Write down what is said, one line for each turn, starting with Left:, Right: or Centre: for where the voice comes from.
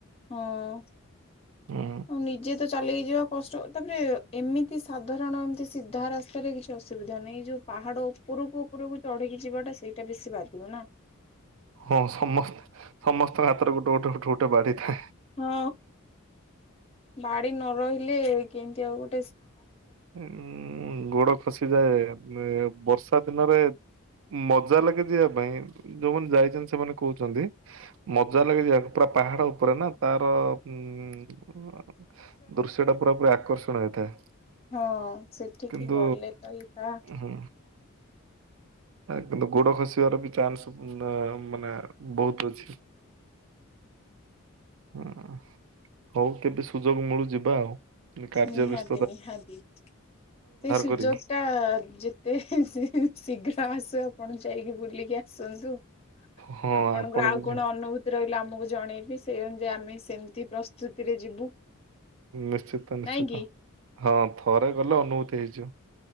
Left: ହଁ
Right: ହୁଁ
Left: ନିଜେ ତ ଚାଲିିକି ଯିବା। କଷ୍ଟ ତାପରେ ଏମିତି ସାଧାରଣ ଏମିତି ସିଧା ରାସ୍ତାରେ କିଛି ଅସୁବିଧା ନାହିଁ ଯୋଉ ପାହାଡ ଉପ ଉପରକୁ ଉପରକୁ ଚଢିକି ଯିବାଟା ସେଇଟା ବେଶୀ ବାଧିବ ନା?
Right: ହଁ ସମସ୍ତେ ସମସ୍ତଙ୍କ ହାତରେ ଗୋଟେ ଗୋଟେ ଗୋଟେ ଗୋଟେ ବାଢିଥାଏ।
Left: ହଁ ବାଡି ନ ରହିଲେ କେମିତି ଆଉ ଗୋଟ
Right: ଉଁ ଗୋଡ ଖସିଯାଏ ବର୍ଷା ଦିନରେ ମଜା ଲାଗେ ଯିବା ପାଇଁ ଯୋଉମାନେ ଯାଇଛନ୍ତି ସେମାନେ କହୁଛନ୍ତି ମଜା ଲାଗେ ଯିବାପାଇଁ ପୁରା ପାହାଡ ଉପରେ ନା ତାର ଉଁ ହଁ ଦୃଶ୍ୟ ଟା ପୁରା ପୁରା ଆକର୍ଷଣ ହେଇଥାଏ।
Left: ହଁ ସେଠିକି
Right: କିନ୍ତୁ
Left: ଗଲେ ତ ଏଇଟା
Right: ଉଁ ହୁଁ। କିନ୍ତୁ ଗୋଡ ଖସିବାର ବି ଚାନ୍ସ ନେ ମାନେ। ବହୁତ ଅଛି ହୁଁ। ହଉ କେବେ ସୁଯୋଗ ମିଳୁ ଯିବା ଆଉ ଏବେ କାର୍ଯ୍ୟ
Left: ନିହାତି
Right: ବ୍ୟସ୍ତ।
Left: ନିହାତି ସେ ସୁଯୋଗଟା
Right: କରି
Left: ଯେତେ ଶୀଘ୍ର। ଆଶୁ ଆପଣ ଯାଇକି ବୁଲିକି ଆସନ୍ତୁ।
Right: ହଁ
Left: ଆପଣଙ୍କର
Right: ଆପଣ
Left: ଆଉ
Right: ବି
Left: କଣ
Right: ଯ
Left: ଅନୁଭୂତି ରହିଲା ଆମକୁ ଜଣେଇବି ସେଇ ଅନୁଯାୟୀ ଆମେ ସେମତି। ପ୍ରସ୍ତୁତିରେ ଯିବୁ।
Right: ନିଶ୍ଚିତ ନିଶ୍ଚିତ
Left: ନାଇଁ କି
Right: ହଁ ଥରେ ଗଲେ ଅନୁଭୂତି ହେଇଯିବ।